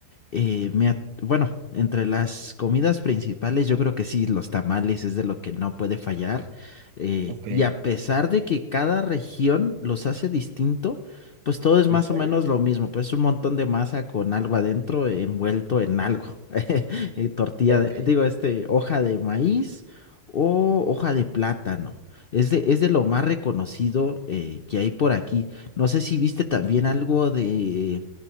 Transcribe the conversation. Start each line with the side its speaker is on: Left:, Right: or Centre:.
Left: Eh, me ha- bueno, entre las comidas principales, yo creo que sí, los tamales es de lo que no puede fallar. Eh,
Right: Ok,
Left: y
Right: ¿en
Left: a pesar de que cada región los hace distinto, pues todo es más
Right: serio?
Left: o menos lo mismo. Pues un montón de masa con algo adentro, eh, envuelto en algo. <laughs> Eh, tortilla,
Right: Ok,
Left: de- digo, este, hoja de maíz o hoja de plátano. Es de, es de lo más reconocido eh, que hay por aquí. No sé si viste también algo de